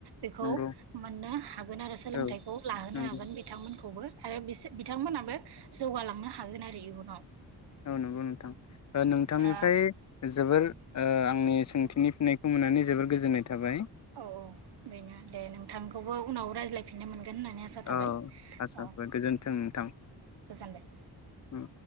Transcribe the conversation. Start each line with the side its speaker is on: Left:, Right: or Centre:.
Right: बेखौ
Left: नंगौ
Right: मोननो हागोन आरो सोलोंथाइखौ
Left: औ
Right: लाहोनो
Left: नंगौ
Right: हागोन बिथांमोनखौबो। आरो बिसोर बिथांमोनाबो जौगालांनो हागोन आरो इयुनाव।
Left: औ नंगौ नोंथां ओ नोंथांनिफ्राय
Right: दा
Left: जोबोर ओ आंनि सोंथिनि फिननायखौ मोननानै जोबोर गोजोननाय थाबाय
Right: औ औ बेनो दे नोंथांखौबो उनाव रायज्लाय फिननो मोनगो गोन होननानै आसा थाबाय
Left: औ आसा
Right: औ औ
Left: गोजोन्थों नोंथां
Right: गोजोनबाय।
Left: उम